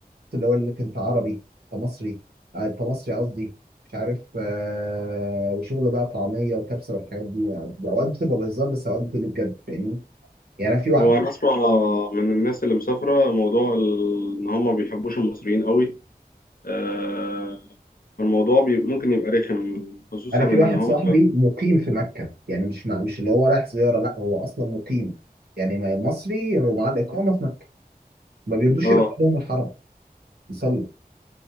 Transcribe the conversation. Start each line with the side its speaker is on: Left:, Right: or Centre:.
Right: بس اللي هو انك انت عربي انت مصري آه، انت مصري قصدي مش عارف آه وشغل بقى طعميه وكبسه والحاجات دي يعني اوقات بتبقى بهزار بس اوقات بتبقى بجد فاهمني يعني انا في واحد
Left: هو انا اسمع من الناس اللي مسافره موضوع ال- ان هم ما بيحبوش المصريين قوي آه الموضوع بي ممكن يبقى رخم خصوصا
Right: انا
Left: ان
Right: في واحد
Left: هم
Right: صاحبي مقيم في مكه يعني مش مع مش اللي هو رايح زياره لا هو اصلا مقيم يعني ما- مصري ومعاه الاقامه في مكه ما بيرضوش
Left: اه
Right: يدخلهم الحرم يصلوا